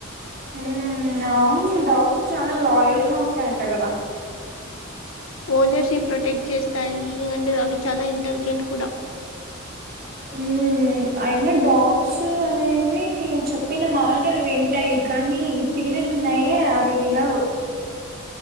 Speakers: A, on the right; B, on the left.
A: ఉమ్మ్ అవును డాగ్స్ చాలా లాయల్‌గా ఉంటాయంట కదా
B: ఓనర్స్‌ని ప్రొటెక్ట్ చేస్తాయి అండ్ అవి చాలా ఇంటెలిజెంట్ కూడా
A: ఉమ్మ్ అయినా డాగ్స్ అనేవి చెప్పిన మాటలు వింటాయి కానీ ఈ పిల్లులు ఉన్నాయే అవి వినవు